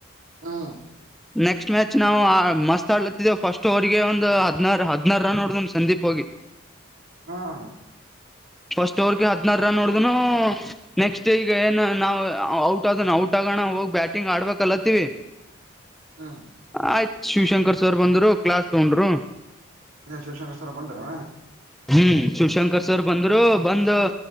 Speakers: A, on the right; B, in the centre.
A: ಹಾ
B: ನೆಕ್ಸ್ಟ್ ಮ್ಯಾಚ್ ನಾವು ಮಸ್ತ್ ಆಡ್ಲತ್ತಿದ್ದೇವು ಫಸ್ಟ್ ಓಗೆ ಒಂದು ಹಧನರಾ ಹದ್ನಾರ ರನ್ ಹೊಡ್ದ್ ಸಂದೀಪ್ ಹೋಗಿ.
A: ಹಾ ಹ
B: ಫಸ್ಟ್ ಓವರ್ಗೆ ಹದಿನಾರ ರನ್ ನೋಡ್ದ ನೆಕ್ಸ್ಟ್ ಈಗ ಏ ನಾ ಔಟ್ ಆದ ಔಟ್. ಗಣ ಹೋಗಿ ಬ್ಯಾಟಿಂಗ್ ಆಡ್ಬೇಕ ಅಲತ್ತೀವಿ.
A: ಹ್ಮ್
B: ಆಯ್ತು ಶಿವಶಂಕರ್ ಸರ್ ಬಂದರು ಕ್ಲಾಸ್ ತಗೊಂಡರು.
A: ಇನ್ನ ಶಿವಶಂಕರ್ ಸರ್ ಬಂದಾರ.
B: ಹ್ಮ್ ಶಿವಶಂಕರ್ ಸರ್ ಬಂದ್ರು ಬಂದು